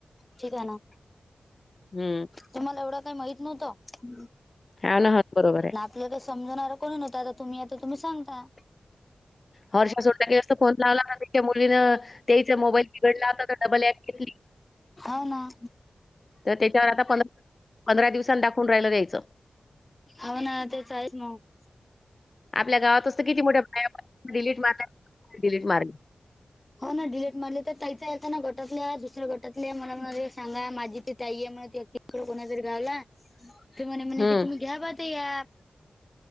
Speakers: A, on the left (about 25°); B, on the left (about 45°).
A: ठीक आहे ना
B: हम्म
A: तुम्हाला एवढं काही माहित नव्हतं.
B: ह ना हो बरोबर आहे.
A: तिला काय समजणारा कोण नव्हंता आता तुम्ही आता तुम्ही सांगता.
B: वर्षा सोनटके असस्त फोन लावला ना्या मुलीन. तेच मोबाईल बिघडला आता तर डबल ॲप घेतली.
A: हो ना
B: तर त्याच्यावर आता फॉलअप पंधरा दिवसांन दाखवून राहियला जायचं.
A: अ ना ते आहेत मग. <inaudible>
B: आपल्या गावात असतं किती मोठ्या डिलीट मारल्या डिलीट मारली
A: हो ना डिलेट मारले तर त्याहीच आहे ना गटातल्या दुसऱ्या गटातल्या मला म्हणा सांगा माझी ती तई आहे म्हण. कोणा जर घावला तर म्हणे म्हणे
B: हम्म
A: कि तुम्ही घ्यावा ते ऍप.